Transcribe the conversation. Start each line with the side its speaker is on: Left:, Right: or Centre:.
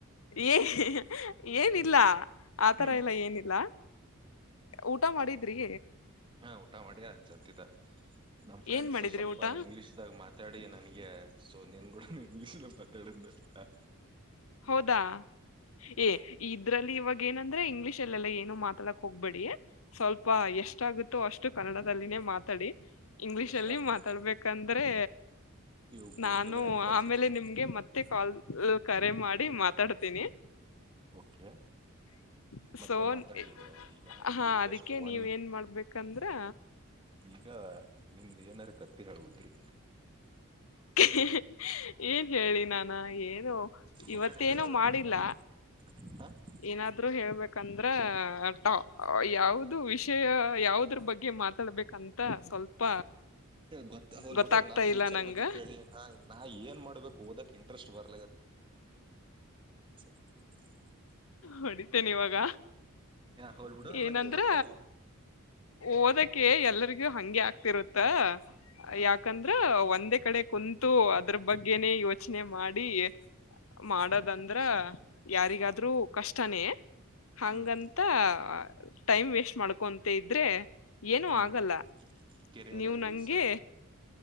Left: ಏ ಏನಿಲ್ಲ ಆತರ
Right: ಹ್ಮ್
Left: ಇಲ್ಲ ಏನಿಲ್ಲ. ಊಟ ಮಾಡಿದ್ರಿ.
Right: ಹಾ ಊಟ ಮಾಡಿ ಹಚ್ಚತಿದ್ದ ನಮ್ ಫ್ರೆಂಡ್ಸ್
Left: ಏನ್ ಮಾಡಿದ್ರಿ
Right: ಸ್ವಲ್ಪ
Left: ಊಟ
Right: ಇಂಗ್ಲೀಷ್ ಇವಾಗ ಮಾತಾಡಿ ನನ್ಗೆ ಸೊ ನಿಂಗು ಕೂಡ ಇಂಗ್ಲಷ್ ನಲ್ಲೆ ಮಾತಾಡುದನಾ?
Left: ಹೌದಾ ಏ ಇದ್ರಲ್ಲಿ ಇವಾಗ ಏನಂದ ಇದೆ ಇಂಗ್ಲಲಿಷ್ ಅಲ್ಲಿ ಯಲ್ಲಾ ಏನು ಮಾತಾಡಕ್ ಹೋಗ್ಬೇಡಿ ಸ್ವಲ್ಪ ಎಷ್ಟಾಗುತ್ತೋ ಅಷ್ಟು ಕನ್ನಡದಲ್ಲಿನೇ ಮಾತಾಡಿ ಇಂಗ್ಲಿಷ್
Right: ಎಷ್ಟತ್
Left: ಅಲ್ಲಿ ಮಾತಾಡ್ಬೇಕಂದ್ರೆ
Right: ಇವು
Left: ನಾನು
Right: ಗೋ ಟು ದ ಎನ್ ಫೈವ್
Left: ಆಮೇಲೆ
Right: ಸೆಕ್ಷನ್
Left: ನಿಮ್ಗೆ ಮತ್ತೆ ಕಾಲ್ ಕರೆ ಮಾಡಿ ಮಾತಾಡ್ತೀನಿ.
Right: ಓಕೆ
Left: <inaudible>
Right: ಮತ್ತೆ
Left: ಸೋ
Right: ಮಾತಾಡಿ
Left: <unintelligible>
Right: ಈಗ ಈಗ
Left: ಹಾ
Right: ಈಗ
Left: ಅದಕ್ಕೆ
Right: ಜಸ್ಟ್
Left: ನೀವ
Right: ಒನ್
Left: ಏನ್ ಮಾಡ್ಬೇಕಂದ್ರೆ
Right: ಈಗ <inaudible> ನಿಮ್ದ ಏನಾರ ಕತ್ತಿ ಹೇಳುದ್ರಿ
Left: <unintelligible> ಏನ್ ಹೇಳಿ ನಾನು ಏನು ಇವತ್ತೇನೋ
Right: ಏನಾರ ಹೇಳ
Left: ಮಾಡಿಲ್ಲ.
Right: <inaudible>
Left: ಏನಾದ್ರು ಹೇಳ್ಬೇಕಂದ್ರ ಟಾ ಯಾವ್ದು ವಿಷಯ ಯಾವದ್ರ ಬಗ್ಗೆ ಮಾತ ಬೇಕಂತ ಸ್ವಲ್ಪ
Right: ಗೊತ್ತಾ ಹೋಗಲ
Left: ಗೊತ್ತಾಗ್ತಾ
Right: ಬಿಡು ನನ್ ಫ್ಯೂಚರ್
Left: ಇಲ್ಲ ನಂಗ
Right: ಬಗ್ಗೆ ಕೇಳಿ ನಾ ಏನ್ ಮಾಡ್ಬೇಕು ಓದಕ್ ಇಂಟ್ರೆಸ್ಟ್ ಬರ <unintelligible>
Left: ಹೊಡಿತೇನೆ ಇವಾಗ
Right: ಹೋಲ್ಬಿಡು
Left: ಏನಂದ್ರ
Right: ನಂಗೆ ಒಟ್ಟ
Left: ಓದಕ್ಕೆ ಎಲ್ಲರಿಗೂ ಹಂಗೆ ಆಗ್ತಿರುತ್ತ <inaudible>
Right: ಹ
Left: ಯಾಕ ಹು ಒಂದೇ ಕಡೆ ಕುಂತು ಅದ್ರ ಬಗ್ಗೆನೆ ಯೋಚನೆ ಮಾಡಿ <inaudible> ಮಾಡದ
Right: ಹ್ಮ್
Left: ಅಂದ್ರ ಯಾರಿಗಾದ್ರೂ ಕಷ್ಟನೇ <inaudible> ಹಂಗಂತ
Right: ಹ್ಮ್
Left: ಆ ಟೈಮ್ ವೇಸ್ಟ ಮಾಡ್ಕೊಂತ ಇದ್ರೆ ಏನು
Right: ಹ್ಮ್
Left: ಆಗಲ್ಲ <inaudible>
Right: ಕೆರಿಯರ್
Left: ನೀವು ನಂಗೆ
Right: ಈಸ್